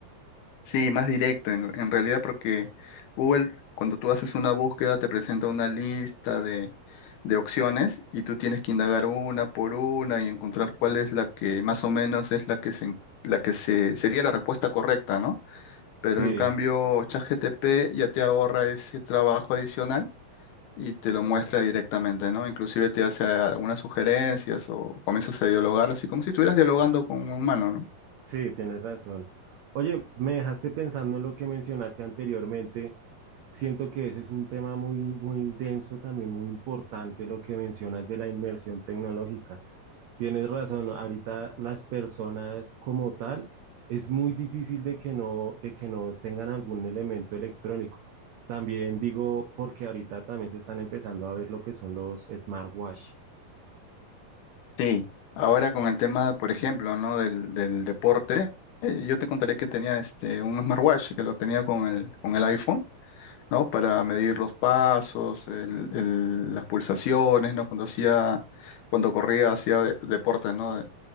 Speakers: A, on the left; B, on the right.
A: Sí, más directo, en, en realidad, porque Google, cuando tú haces una búsqueda, te presenta una lista de, de opciones y tú tienes que indagar una por una y encontrar cuál es la que más o menos es la que se, en- la que se, sería la respuesta correcta, ¿no?
B: Sí,
A: Pero en cambio, ChatGPT ya te ahorra ese trabajo adicional y te lo muestra directamente, ¿no? Inclusive te hace algunas sugerencias o comienzas a dialogar, así como si estuvieras dialogando con un humano, ¿no?
B: sí, tienes razón. Oye, me dejaste pensando en lo que mencionaste anteriormente. Siento que ese es un tema muy, muy denso, también muy importante, lo que mencionas de la inmersión tecnológica. Tienes razón, ahorita las personas como tal es muy difícil de que no, de que no tengan algún elemento electrónico. También digo, porque ahorita también se están empezando a ver lo que son los smartwatch.
A: Sí, ahora con el tema, por ejemplo, ¿no? Del, del deporte, eh, yo te contaré que tenía este, un smartwatch que lo tenía con el, con el iPhone, ¿no? Para medir los pasos, el- el- las pulsaciones, ¿no? Cuando hacía, cuando corría, hacía de- deporte, ¿no?